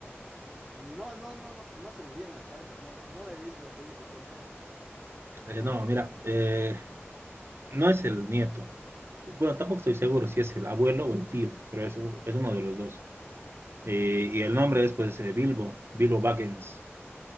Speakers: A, in the centre; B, on the right (about 60°).
A: no, no, no, no, no se me viene a la cabeza. No, no la he visto las películas completas.
B: Eh, no, mira, eh, no es el nieto. Bueno, tampoco estoy seguro si es el abuelo o el tío, pero es, u- es uno de los dos. Eh, y el nombre es, pues, eh, Bilbo, Bilbo Baggins.